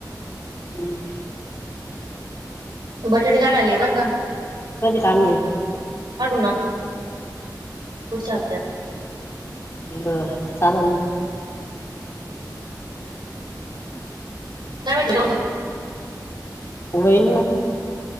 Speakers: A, on the left; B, on the right.
A: <inaudible>
B: बटाटे काडाला ये बरं का.
A: कधी काम नाही
B: काढू ना पुढच्या हप्त्यात.
A: बर बर चालन म.
B: <unintelligible>
A: व्हईन ना.